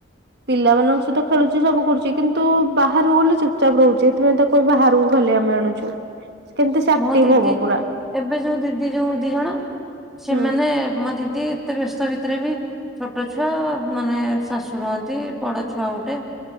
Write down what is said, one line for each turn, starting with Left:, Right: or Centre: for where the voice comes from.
Right: ପିଲାମାନଙ୍କ ସହିତ ଖେଳୁଛି ସବୁ କରୁଛି କିନ୍ତୁ ବାହାରୁକୁ ଗଲେ ଚୁପଚାପ ରହୁଛି। ତମେ ତା କୁ ବାହାରକୁ ଖାଲି ଆମେ ଆଣୁଛୁ। କେମିତି ସେ ଆକ୍ଟିଭ
Centre: ମୋ ଦିଦି
Right: ହବ ପୁରା
Centre: ଏବେ ଯୋଉ ଦିଦି ଯୋଉ ଦି ଜଣ ସେମାନେ
Right: ହୁଁ
Centre: ମୋ ଦିଦି ଏତେ ବ୍ୟସ୍ତ ଭିତରେ ବି ଛୋଟ ଛୁଆ ମାନେ ଶାଶୁ ରୁହନ୍ତି ବଡ ଛୁଆ ଗୋଟେ।